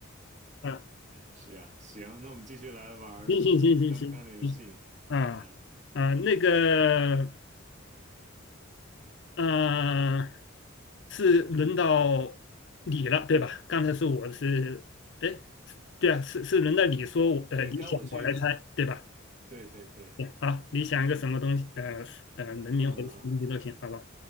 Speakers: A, on the left; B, on the right.
A: 呃，
B: 是啊，行，那我们继续来玩儿刚刚的游戏。
A: 行行行行行行，啊啊，
B: 好呀，
A: 那个。嗯，是轮到你了，对吧？刚才是我是，哎，对啊，是是轮到你说我，呃，
B: 对，
A: 你想我来猜，
B: 该我去。
A: 对吧？
B: 对对对，
A: 对，好，你想一个什么东西，呃，呃，人名或者什么东西都行，
B: 呃，
A: 好吧？